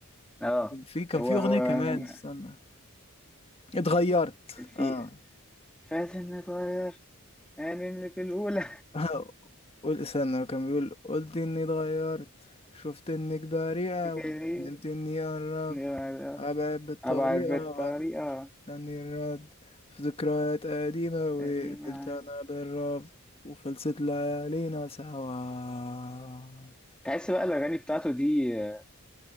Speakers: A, in the centre; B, on the left.
A: اه
B: في كان
A: هو
B: في
A: هو
B: اغنيه كمان
A: أنا-
B: استنى اتغيرت
A: في
B: اه
A: فاتن نتغير يعني اللي في الأولى
B: <laughs> قول استنى كان بيقول قلت اني اتغيرت شفت انك بريئه
A: <laughs> كده
B: أوي
A: دي
B: ندمت اني قربت
A: مع-
B: ابعد بالطريقه
A: أبعد بالطريقة
B: غلط تاني الرد في ذكريات قديمة وقبلت
A: دي معاك
B: أنا بالرفض وخلصت ليالينا سوا
A: تحس بقى الأغاني بتاعته دي آه،